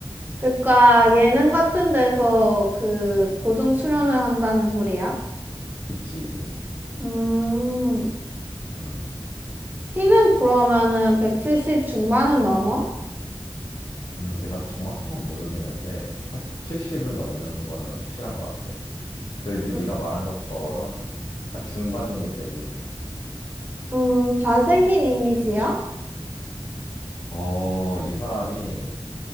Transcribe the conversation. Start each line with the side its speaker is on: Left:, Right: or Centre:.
Right: 그러니까 예능 같은 데서 그 고정 출연을 한다는 소리야?
Left: 그치?
Right: 음,
Left: 음,
Right: 키는 그러면은 170 중반은 넘어?
Left: 음, 내가 정확한 건 모르겠는데 한 170은 넘는 거는 확실한 것 같아. 그래도
Right: 음,
Left: 네가 말한 것처럼 한 중반 정도 돼 보이네.
Right: 음, 잘생긴 이미지야?
Left: 어, 이 사람이